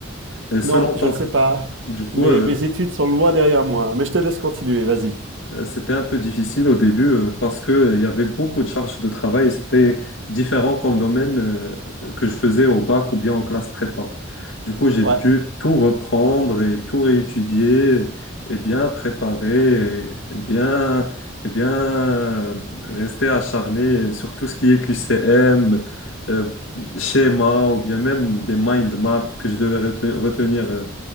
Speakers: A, on the left; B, on the right.
A: Et selon
B: Non, je
A: ton...
B: ne sais pas.
A: Du coup,
B: Mais
A: euh,
B: mes études sont loin derrière moi. Mais je te laisse continuer, vas-y.
A: Euh, C'était un peu difficile au début euh, parce que euh, il y avait beaucoup de charges de travail et c'était différent comme domaine euh, que je faisais au bac ou bien en classe prépa. Du coup, j'ai
B: Ouais.
A: dû tout reprendre et tout réétudier et bien préparer et et bien, et bien euh, rester acharné sur tout ce qui est QCM, euh, schéma ou bien même des mind maps que je devais rete- retenir euh,